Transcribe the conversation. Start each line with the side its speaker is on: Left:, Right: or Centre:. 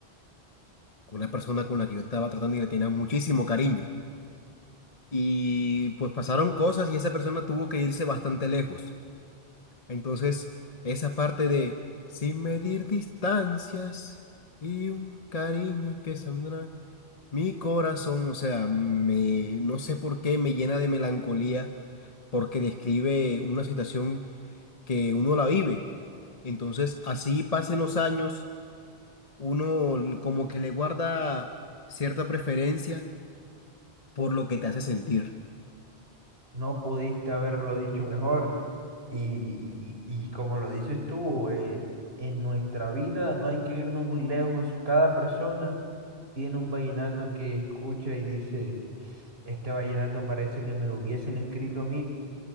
Left: una persona con la que yo estaba tratando y le tenía muchísimo cariño. Y pues pasaron cosas y esa persona tuvo que irse bastante lejos. Entonces, esa parte de sin medir distancias y un cariño que saldrá, mi corazón, o sea, me, no sé por qué me llena de melancolía porque describe una situación que uno la vive. Entonces, así pasen los años, uno l- como que le guarda cierta preferencia por lo que te hace sentir.
Right: No pudiste haberlo dicho mejor. Y, y- y como lo dices tú, eh, en nuestra vida no hay que irnos muy lejos. Cada persona tiene un vallenato que escucha y dice, este vallenato parece que me lo hubiesen escrito a mí.